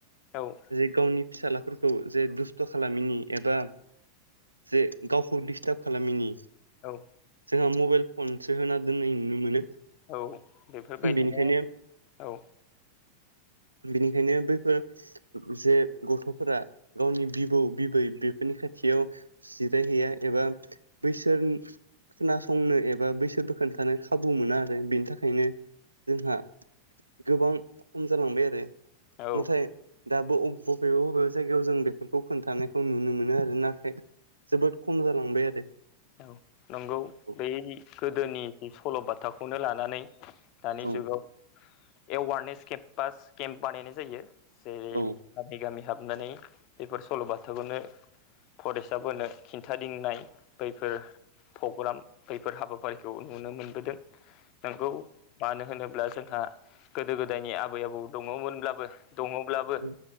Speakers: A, on the left; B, on the right.
A: औ
B: जे गावनि फिसालाफोरखौ जे दुस्थ' खालामिनि एबा जे गावखौ डिस्टार्ब खालामिनि
A: औ
B: जोंहा मबाइल फनसो होना दोननाय नुनो मोनो
A: औ बेफोरबायदिनो
B: बेनिखायनो
A: औ
B: बिनिखायनो बैफोर जे गथ'फोरा गावनि बिबौ-बिबै बेफोरनि खाथियाव जिरायहैया एबा बैसोर खोनासंनो एबा बैसोर बोखोन्थानो खाबु मोना आरो बेनि थाखायनो जोंहा गोबां खम जालांबाय आरो इन्टारनेट
A: औ
B: दाबो अ बबेबा बबेबा जायगायाव जों बेफोरखौ खोन्थानायखौ नुनो मोनो आरो ना जोबोद खम जालांबाय आरो
A: औ नंगौ
B: औ
A: बै गोदोनि सल'बाथाखौनो लानानै दानि
B: औ
A: जुगाव एवारनेस केम्पास केम्प बानायनाय जायो जेरै
B: औ
A: गामि गामि हाबनानै बेफोर सल' बाथाखौनो फरायसाफोरनो खिन्थादिंनाय बैफोर प्रग्राम बैफोर हाबाफारिखौ नुनो मोनबोदों नोंगौ मानो होनोब्ला जोंहा गोदो गोदायनि आबै आबौ दङमोनब्लाबो दङब्लाबो
B: औ